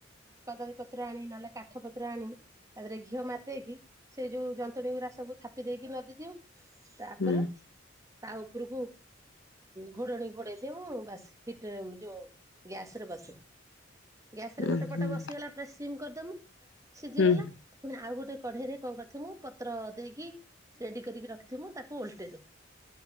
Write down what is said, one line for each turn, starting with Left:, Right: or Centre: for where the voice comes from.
Right: କଦଳୀପତ୍ର ଆଣିକି ନହେଲେ କାଠ ପତ୍ର ଆଣିବେ ତାପରେ ଘିଅ ମାରିଦେଇକି ସେଇ ଯୋଉ ଯନ୍ତଣୀ ଗୁୁରା ସବୁ ଥାପି ଦେଇକି ନଦୀ ଦିଉ ତା
Left: ହୁଁ
Right: ଉପରେ ତା ଉପୁରୁକୁ ଘୋଡ଼ଣି ଘୋଡ଼େଇ ବାସ ହିଟ ଯୋଉ ଗ୍ୟାସ ରେ ବାସେ ଗ୍ୟାସ ରେ
Left: ହୁଁ
Right: ଗୋଟେ ପଟ
Left: ହୁଁ
Right: ବସିଗଲା ପୁରା ସିମ୍ କରିଦମୁ ସିଝିଗଲା
Left: ହୁଁ
Right: ପୁଣି ଆଉ ଗୋଟେ କଢେଇରେ କଣ କରିଥିବୁ ପତ୍ର ଦେଇକି ରେଡି କରିକି ରଖି ମୁ ତାକୁ ଓଲଟାଇଦେବୁ